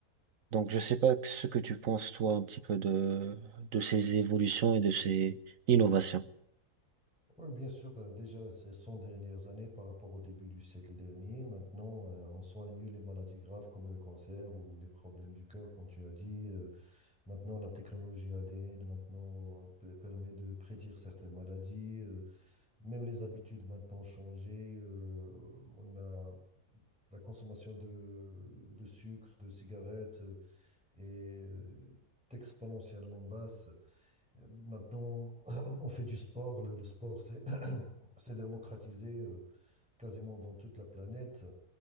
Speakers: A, on the right (about 70°); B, in the centre.
A: Donc, je sais pas ce que tu penses, toi, un petit peu de, de ces évolutions et de ces innovations.
B: Oui, bien sûr, euh, déjà ces 100 dernières années par rapport au début du siècle dernier, maintenant euh, on soigne mieux les maladies graves comme le cancer ou les problèmes du cœur, comme tu as dit. Euh, maintenant la technologie ADN maintenant euh, pe- permet de prédire certaines maladies. euh, Même les habitudes maintenant ont changé. euh, on a la consommation de, de sucre, de cigarettes euh, est euh, exponentiellement basse. Euh, Maintenant, <clears throat> on fait du sport. Le, le sport, c'est <clears throat> c'est démocratisé euh, quasiment dans toute la planète.